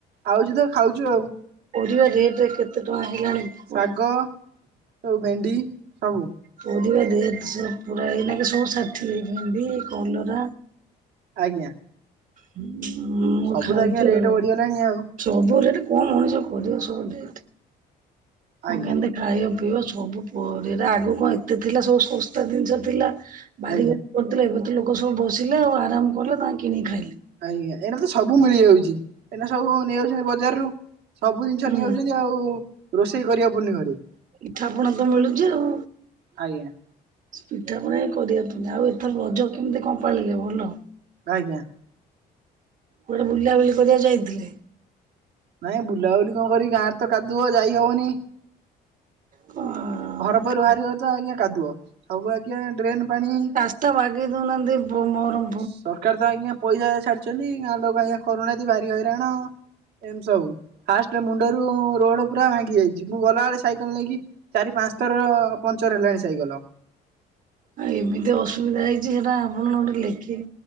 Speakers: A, on the right; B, on the right.
A: ଆଉଛି ତ ଖାଉଛୁ ଆଉ।
B: ପରିବା ରେଟ୍ ରେ କେତ ଟଙ୍କା ହେଲାଣି। କଁ
A: ଶାଗ ସବୁ ଭେଣ୍ଡି, ସବୁ।
B: ପରିବା ଦିହାତି ସବୁ ପୁରା ଏଇନାକି ସବୁ ଷାଠିଏ। ଭେଣ୍ଡି, କଲରା
A: ଆଜ୍ଞା।
B: ହୁଁ-ଉଁ, ମୁଁ
A: ସବୁ
B: ଖାଉଛି
A: ତ ଆଜ୍ଞା ରେଟ୍
B: ଆଉ।
A: ବଢିଗଲାଣି ଆଉ
B: ସବୁ ରେଟ୍, କଣ ମଣିଷ କରିବ? ସବୁ ରେଟ୍। କଣ
A: ଆଜ୍ଞା
B: କେମତି ଖାଇବା ପିଇବ? ସବୁ ପରିରା ଆଗକୁ କଣ ଏତେ ଥିଲା? ସବୁ ଶସ୍ତା ଦିନଷ ଥିଲା। ବାରି
A: ଆଜ୍ଞା
B: କରିଥିଲେ ଏବେ ତ ଲୋକ ସବୁ ବସିଲେ ଆଉ ଆରାମ କଲେ ତାଙ୍କ କିଣିକି ଖାଇଲେ।
A: ଆଜ୍ଞା ଏଇଟ ତ ସବୁ ମିଳିଯାଉଛି ଏଇଟ ସବୁ ନେଇଯାଉଛନ୍ତି ବଜାର ରୁ।। ସବୁ ଜିନିଷ
B: ହୁଁ।
A: ନେଇଯାଉଛନ୍ତି ଆଉ, ରୋଷେଇ କରିବ ପୁନି ଘରେ।।
B: ଇଠା ପୁଣ ତ ମିଳୁଛି ଆଉ।।
A: ଆଜ୍ଞା।
B: ପିଠା ପଣା କରିବା ପା <unintelligible> ଆଉ ଏଥର ରଜ କେମିତି କଣ ପାଳିଲେ ଭଲ।
A: ଆଜ୍ଞା।
B: କୁଆଡେ ବୁଲାବୁଲି କରିବାକୁ ଯାଇଥିଲେ?
A: ନାଇଁ ଆଉ ବୁଲାବୁଲି କଣ କରିବି ଗାଁରେ ତ କାଦୁଅ ଯାଇ ହବନି।
B: କଣ
A: ଘରପରୁ ବାହାରିବତ ଆଜ୍ଞା କାଦୁଅ ସବୁବେଳେ ଆଜ୍ଞା ଡ୍ରେନ ପାଣି।
B: <unintelligible> ବାଗେଇଦଉନ ଏମିତି ବ ମହରମ୍
A: ସରକାର ତ ଆଜ୍ଞା ପଇସା ଛାଡିଛନ୍ତି ଗାଁ ଲୋକ ଆଜ୍ଞା କରୁନାହାନ୍ତି ଭାରି ହଇରାଣ। ଏମତି ସବୁ ଫାଷ୍ଟ ମୁଣ୍ଡରୁ ରୋଡ ପୁରା ଭାଙ୍ଗି ଯାଇଛି ମୁଁ ଗଲାବେଳେ ସାଇକେଲ ନେଇକି।। ଚାରି ପାଞ୍ଚ ଥର ପଞ୍ଚର ହେଲାଣି ସାଇକେଲ।
B: ଆଁ ଏମିତି ଅସୁବିଧା ହେଇଛି ସେଟା ଆପଣ ଗୋଟେ ଲେଖିକି।